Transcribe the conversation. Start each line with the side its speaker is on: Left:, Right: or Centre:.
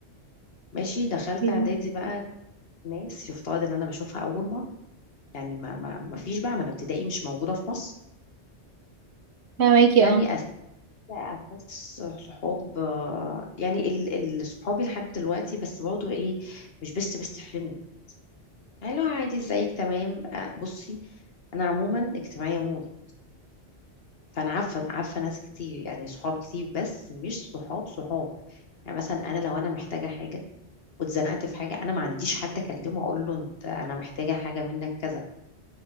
Left: ماشي دخلت
Right: مم.
Left: اعدادي بقى ناس يفترض ان انا بشوفها اول مرة يعني ما ما ما فيش بقى ما انا ابتدائي مش موجودة في مصر
Right: فهماكي
Left: يعني
Right: اه
Left: لا اساس صحاب آه، يعني ال ال- صحابي لحد دلوقتي بس برضه ايه مش بيست بيست فريند يعني لو عادي ازيك تمام آه، بصي انا عموما اجتماعيه موت فانا عارفه عارفه ناس كتير يعني صحاب كتير بس مش صحاب صحاب يعني مثلا انا لو انا محتاجه حاجه واتزنقت في حاجه انا ما عنديش حد اكلمه اقول له انت انا محتاجه حاجه منك كذا